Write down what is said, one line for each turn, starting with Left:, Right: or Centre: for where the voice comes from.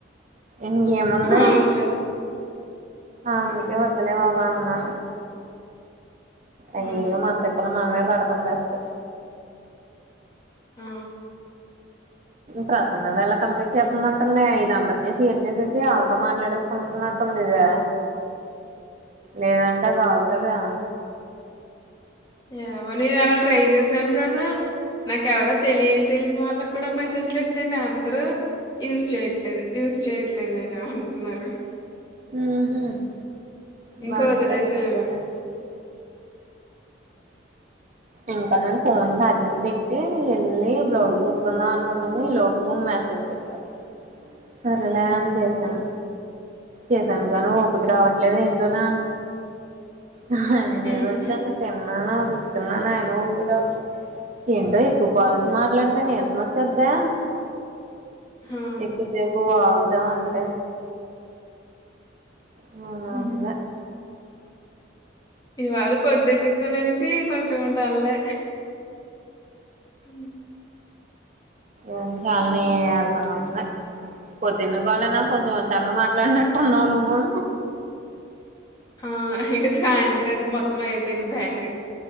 Right: ఇంకేముంది
Left: అవునులే
Right: అందుకే
Left: ఉమ్
Right: వద్దులే బాబా అన్న అవును అయ్యోయో
Left: అవును
Right: మన త తిప్పలు మనమే పడతం బెస్ట్
Left: ఆ
Right: ప్రసన్నది ఎలా కంప్లీట్ చేత్తన్నట్టుందే ఇది అందరికీ షేర్ చేసేసి వాళ్ళతో మాట్లాడేసుకుంటున్నట్టుంది ఇది లేదంటే అది ఆగుతదా
Left: ఏమోనే అలా ట్రై చేసాను కదా నాకెవరో తెలియని తెలియని వాళ్ళకి కూడా మెసేజ్లు ఎట్టే నే అందరూ యూస్ చేయట్లేదు యూజ్ చేయట్లేదు అని అంటన్నారు
Right: ఊహూ
Left: ఇంకా
Right: బానే
Left: వదిలేసాను
Right: కష్టపడ్డావే ఇంకా నేను ఫోన్ ఛార్జింగ్ పెట్టి వెళ్ళి బ్లౌజ్ కుట్టుకుందాం అనుకున్నాను ఈ లోపు మెసేజ్ పెట్టావు సరేలే అని చేశాను చేసాను కానీ ఓపిక రావట్లేదు ఏంటోనే నేను చేసొచ్చాను
Left: ఉమ్
Right: ఆ నే కూర్చున్నా అయినా ఓపిక రావట్లే ఏంటో ఎక్కువ కాల్స్ మాట్లాడితే నీరసం వచ్చేద్దే
Left: అవును
Right: ఎక్కువ సేపు వాగుతా ఉంటే అవు నా
Left: ఉమ్
Right: అన్న
Left: ఇవాళ పొద్దున్నక నుంచి కొంచం ఉంటళ్లే అ
Right: ఏ చాలని అసంగ ఉంద పద్న్న కావాలనా కొంచెం వష్టం తరగా మాట్లాడినట్టున్నావు్ నువ్వు
Left: ఆ ఇంకా సాయంత్రానికి మొత్తం అయిపోయింది బ్యాటరీ